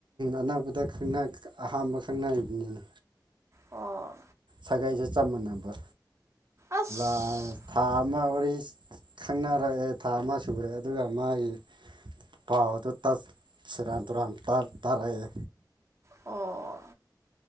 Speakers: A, on the right; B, on the right.
A: ꯑꯅꯛꯄꯗ ꯈꯪꯅ ꯑꯍꯥꯝꯕ ꯈꯪꯅꯔꯤꯕꯅꯤꯅꯦ
B: ꯑꯣ
A: ꯁꯥꯒꯩꯏꯁꯦ ꯆꯞ ꯃꯥꯟꯅꯕ
B: ꯑꯁ
A: ꯂꯥꯁ ꯊꯥ ꯑꯃ ꯋꯥꯔꯤ ꯈꯪꯅꯔꯛꯑꯦ ꯊꯥ ꯑꯃ ꯁꯨꯔꯦ ꯑꯗꯨꯒ ꯃꯥꯒꯤ ꯄꯥꯎꯗꯨ ꯇꯠ ꯁꯔꯥꯟ ꯇꯨꯔꯥꯟ ꯇ ꯇꯥꯔꯛꯑꯦ
B: ꯑꯣ ꯑꯣ